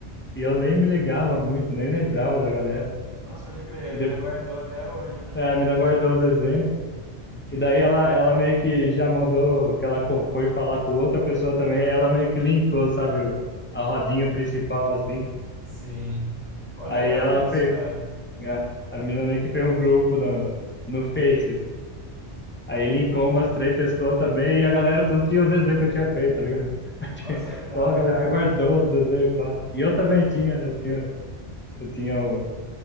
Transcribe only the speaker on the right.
nossa, pode crer, a
mina
guardou até hoje, né?
Sim. Pô,
legal
isso,
cara.
Olha só que da
hora.